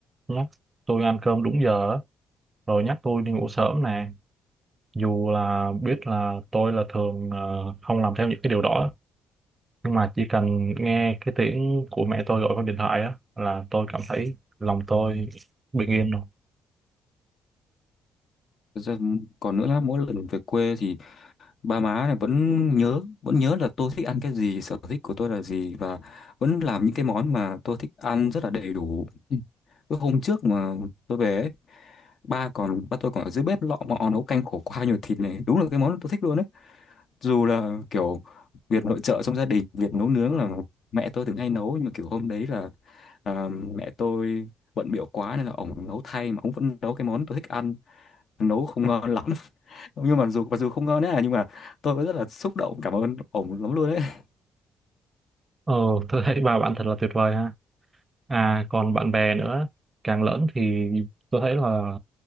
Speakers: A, on the right (about 25°); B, on the left (about 55°).
A: nhắc tôi ăn cơm đúng giờ á, rồi nhắc tôi đi ngủ sớm nè dù là biết là tôi là thường ờ, không làm theo những cái điều đó nhưng mà chỉ cần nghe cái tiếng của mẹ tôi gọi con điện thoại á là tôi cảm thấy lòng tôi bình yên rồi
B: Thực ra m- còn nữa là mỗi lần về quê thì ba má này vẫn nhớ vẫn nhớ là tôi thích ăn cái gì sở thích của tôi là gì và vẫn làm những cái món mà tôi thích ăn rất là đầy đủ Ừ. cái hôm trước mà tôi về ấy, ba còn ba tôi còn ở dưới bếp lọ mọ nấu canh khổ qua nhiều thịt này đúng là cái món tôi thích luôn đấy dù là kiểu việc nội trợ trong gia đình việc nấu nướng là mẹ tôi thường hay nấu nhưng mà kiểu hôm đấy là à, mẹ tôi bận bịu quá nên là ổng nấu thay mà ổng vẫn nấu cái món tôi thích ăn nấu không ngon lắm <laughs> nhưng mà dù mặc dù không ngon đấy à, nhưng mà tôi vẫn rất là xúc động cảm ơn ổng lắm luôn đấy <laughs>
A: ờ tôi thấy ba bạn thật là tuyệt vời ha à còn bạn bè nữa càng lớn thì tôi thấy là